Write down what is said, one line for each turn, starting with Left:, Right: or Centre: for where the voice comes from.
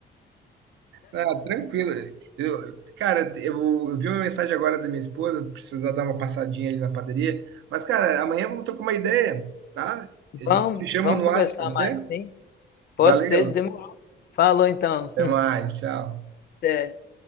Right: Ah, tranquilo. Eu, cara, eu, eu vi uma mensagem agora da minha esposa, precisar dar uma passadinha ali na padaria. Mas, cara, amanhã vamos trocar uma ideia, tá? A
Left: Vamos,
Right: gente te chama
Left: vamos
Right: no
Left: conversar
Right: WhatsApp, pode
Left: mais,
Right: ser?
Left: sim? Pode
Right: Valeu,
Left: ser, demorou. Falou então.
Right: até
Left: <laughs>
Right: mais, tchau.
Left: Até.